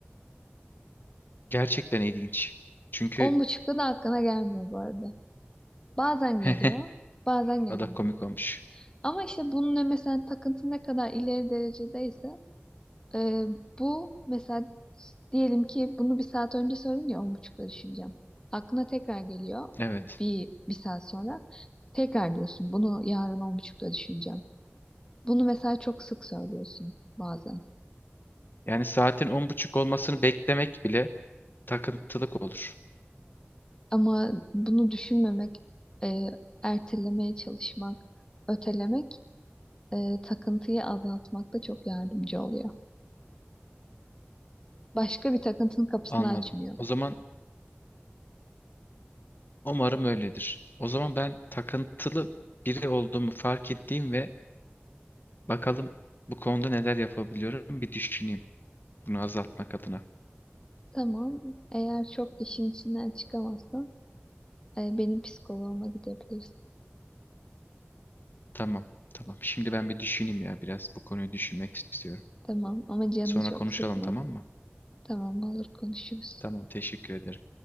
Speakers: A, on the left; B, on the left.
A: Gerçekten ilginç. Çünkü
B: On buçukta da aklına gelmiyor bu arada. Bazen
A: <laughs>
B: geliyor, bazen gelmiyor.
A: adam komik olmuş.
B: Ama işte bunun ne- mesela takıntı ne kadar ileri derecedeyse e, bu mesela diyelim ki bunu bir saat önce söyledin ya on buçukta düşüneceğim. Aklına tekrar geliyor
A: Evet.
B: bir, bir saat sonra. Tekrar diyorsun bunu yarın on buçukta düşüneceğim. Bunu mesela çok sık söylüyorsun bazen.
A: Yani saatin on buçuk olmasını beklemek bile takıntılık olur.
B: Ama bunu düşünmemek, e, ertelemeye çalışmak, ötelemek e, takıntıyı azaltmakta çok yardımcı oluyor. Başka bir takıntının kapısını
A: Anladım.
B: açmıyor.
A: O zaman umarım öyledir. O zaman ben takıntılı biri olduğumu fark ettiğim ve Bakalım bu konuda neler yapabiliyorum bir düşüneyim bunu azaltmak adına.
B: Tamam. Eğer çok işin içinden çıkamazsan e, benim psikoloğuma gidebilirsin.
A: Tamam, tamam. Şimdi ben bir düşüneyim ya biraz bu konuyu düşünmek istiyorum.
B: Tamam ama canını
A: Sonra
B: çok
A: konuşalım
B: sıkma.
A: tamam mı?
B: Tamam olur konuşuruz.
A: Tamam, teşekkür ederim.